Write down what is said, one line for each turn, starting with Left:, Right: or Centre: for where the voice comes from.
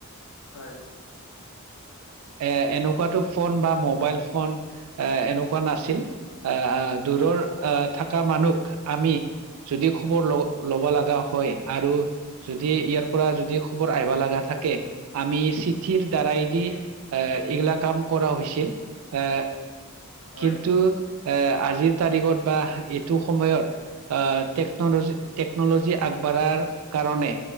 Left: হয়ঁ!
Right: এ এনেকুৱাতো ফোন বা মোবাইল ফোন এ এনেকুৱা নাছিল আ আ। দূৰৰ
Left: হয়
Right: আহ থকা মানুহক আমি- যদি খবৰ ল ল'ব লগা হয় আৰু- যদি ইয়াৰ পৰা যদি খবৰ আহিবা লগা থাকে আমি চিঠিৰ- দ্বাৰাইদি
Left: উম
Right: আহ এইগিলা কাম কৰা হৈছিল এ।
Left: হয়
Right: কিন্তু এ আজিৰ তাৰিখত বা এইটো সময়ৰ আহ টেক্নলজি টেক্নলজি আগবাঢ়াৰ কাৰণে